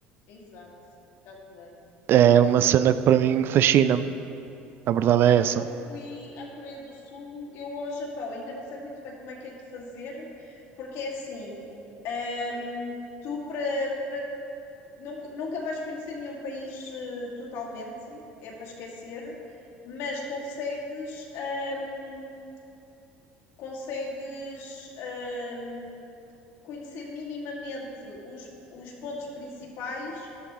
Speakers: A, on the left; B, on the right.
A: exato, calculei.
B: É uma cena que para mim fascina-me. A verdade é
A: Bem,
B: essa.
A: eu fui à Coreia do Sul, eu ao Japão, ainda não sei muito bem como é que hei de fazer, porque é assim, ahm, tu para, para- nun- nunca vais conhecer nenhum país eh, totalmente, é para esquecer, mas consegues, ahm, consegues, ahm, conhecer minimamente os, os pontos principais